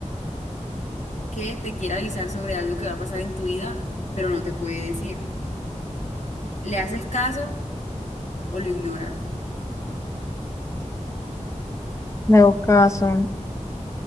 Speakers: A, on the left; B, on the left.
A: que te quiere avisar sobre algo que va a pasar en tu vida, pero no te puede decir. ¿Le haces caso o lo ignoras?
B: le hago caso.